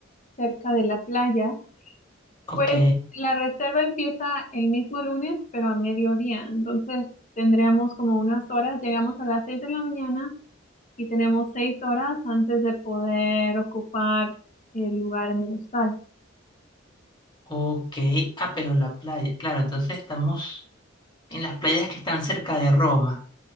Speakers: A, on the left; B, on the left.
A: cerca de la playa.
B: Ok,
A: Pues la reserva empieza el mismo lunes, pero a mediodía. Entonces, tendríamos como unas horas. Llegamos a las 6 de la mañana y tenemos seis horas antes de poder ocupar el lugar en el hostal.
B: ok. Ah, pero la playa, claro, entonces estamos en las playas que están cerca de Roma.